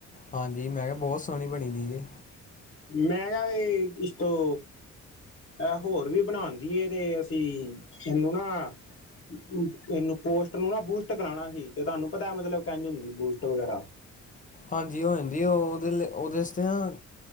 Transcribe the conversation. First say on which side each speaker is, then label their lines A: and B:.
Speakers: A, on the left; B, on the left.
A: ਹਾਂਜੀ। ਮੈਂ ਕਿਹਾ ਬਹੁਤ, ਸੋਹਣੀ ਬਣੀ ਦੀ ਇਹ।
B: ਮੈਂ ਕਿਹਾ, ਬਈ ਇਸ ਤੋਂ। ਇਹ ਹੋਰ ਵੀ, ਬਣਾਉਦੀ ਹੈ। ਤੇ ਅਸੀਂ, ਤਨੂੰ ਨਾ। ਇਹਨੂੰ ਪੋਸਟ, ਨੂੰ ਨਾ ਬੂਸਟ, ਕਰਾਉਣਾ ਸੀ। ਤੇ ਤੁਹਾਨੂੰ ਪਤਾ, ਮਤਲਬ ਕਹਿੰਦਾ ਹੁੰਦੀ ਬੂਸਟ ਵਗੈਰਾ।
A: ਹਾਂਜੀ। ਉਹ ਹੁੰਦੀ ਏ। ਉਹਦੇ ਲਈ ਉਹਦੇ ਆਸਤੇ ਨਾ।